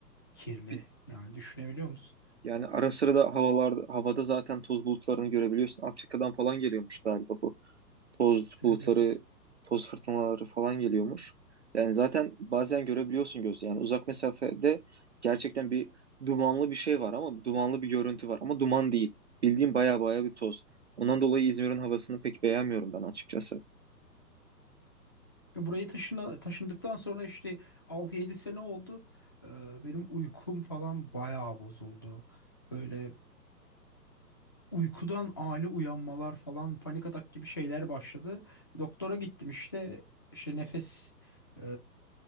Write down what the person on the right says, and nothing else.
Bir-
Yani ara sıra da havalar, havada zaten toz bulutlarını görebiliyorsun. Afrika'dan falan geliyormuş galiba bu toz
bulutları, toz fırtınaları falan geliyormuş. Yani zaten bazen görebiliyorsun gözle. Yani uzak mesafede gerçekten bir dumanlı bir şey var ama dumanlı bir görüntü var ama duman değil. Bildiğim baya baya bir toz. Ondan dolayı İzmir'in havasını pek beğenmiyorum ben açıkçası.